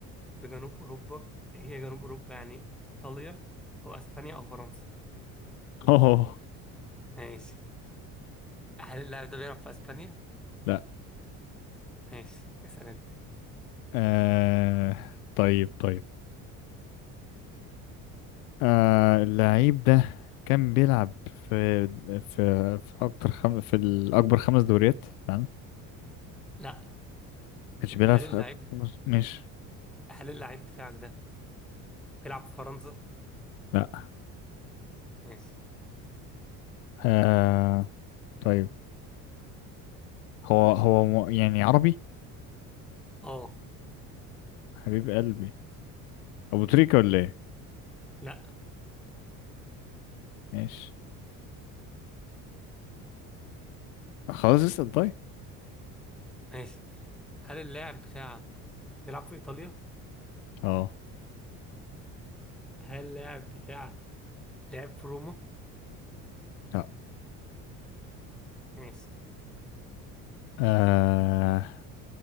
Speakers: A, in the centre; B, on the left.
A: في جنوب اوروبا إيه هي جنوب اوروبا يعني ايطاليا او اسبانيا او فرنسا
B: أه <laughs>
A: ماشي هل اللاعب ده بيلعب في اسبانيا
B: لا
A: ماشي اسأل انت
B: آه طيب طيب آه اللعيب ده كان بيلعب في في في اكتر خم... في الاكبر خمس دوريات تمام ما
A: لا
B: كانش بيلعب
A: هل
B: في
A: اللاعب
B: اكبر خمس مش
A: هل اللاعب بتاعك ده بيلعب في فرنسا؟
B: لا
A: ماشي
B: آه طيب هو هو م... يعني عربي
A: اه
B: حبيب قلبي ابو تريكة ولا ايه
A: لا
B: ماشي خلاص اسال طيب
A: ماشي هل اللاعب بتاعك بيلعب في ايطاليا؟
B: اه
A: هل اللاعب بتاعك لعب في روما؟
B: لا
A: ماشي
B: آه